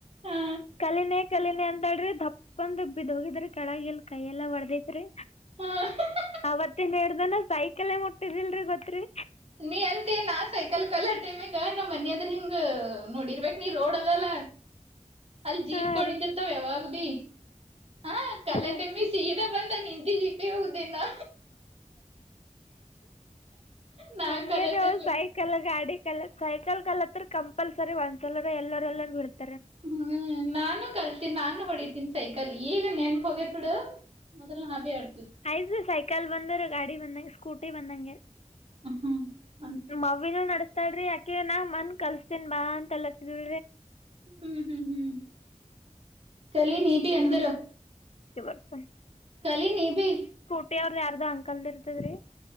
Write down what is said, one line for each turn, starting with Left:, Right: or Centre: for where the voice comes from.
Right: ಹಾ
Left: ಕಲೀಲೆ ಕಲೀಲೆ ಅಂತಳ ರಿ ತಪ್ಪಂದ ಬಿದೋಗಿದ್ರ ಕೆಳಗ ಎಲ್ಲಾ ಕೈಯ ಎಲ್ಲಾ ಹೊಡೆದೈತ್ರಿ
Right: ಹಾ
Left: ಅವತ್ತ ಇಂದ ಸೈಕಲ್ ಮುಟ್ಟಿದಿಲ್ರಿ ಗೊತ್ತರಿ
Right: ನೀ ಅಂತೇ ನಾ ಸೈಕಲ್ ಕಲಿ ಟೈಮ ಗೆ ನಮ್ಮ್ ಮನೆ ಹೆದರ್ ನೋಡಿರಬೇಕ ನೀ ರೋಡ್ ಅದ ಅಲ್ಲ ಅಲ್ಲಿ ಜೀಪಗಳು
Left: ಹಾ ರೀ
Right: ನಿಂತಿರ್ತಾವ ಯಾವಾಗ್ ಬಿ ಹ ಕಲೆ
Left: ಹಾ
Right: ಟೈಮ್ ಗೆ ಸೀದ ಬಂದ ನಿಂತಿದ ಜಿಪಿ ಗೆ ಹೋಗಿ ಗುದ್ದೀನಿ ನಾ ನಾ
Left: ಹಂಗಾ
Right: ಕಲೆ
Left: ರಿ
Right: ಟೈಮಿಗ್
Left: ಅವು ಸೈಕಲ್ ಗಾಡಿ ಕಲತ ಸೈಕಲ್ ಕಲತ್ರ್ ಕಂಪಲ ಸರಿ ಒಂದಸಲ ಎಲ್ಲರ ಎಲ್ಲರ ಬೀಳತೀವಿ
Right: ಹ್ಮ್ ನಾನು ಕಲ್ತೀನ್ ನಾನು ಹೊಡಿತೀನ್ ಸೈಕಲ್ ಈಗ ನೆನಪ ಹೋಗೇತ್ ಬಿಡು ಮೊದಲ್ ನಾ ಬಿ ಹಾಡತಿದ್ದೆ
Left: ಆಯ್ತು ಸೈಕಲ್ ಬಂದರ ಗಾಡಿ ಬಂದಂಗೆ ಸ್ಕೂಟಿ ಬಂದಂಗ
Right: ಹ ಹಾ
Left: ಮಾವ್ವಿನೂ ನಡಸ್ತಾಳ್ರಿ ಯಾಕೆ ಅ ನಾ ಮನ್ನೆ ಕಲ್ಸ್ತೇನ್ ಬಾ ಅಂತಲ್ಲತ್ತಲ್
Right: ಹ್ಮ್ ಹ್ಮ್ ಹ್ಮ್ ಕಲಿ ನೀ ಬಿ ಅಂದರ
Left: ಬರುತ್ತಾ
Right: ಕಲಿ ನೀ ಬಿ
Left: ಅವ್ರದ ಯಾರದೋ ಅಂಕಲದ ಇರತದ ರಿ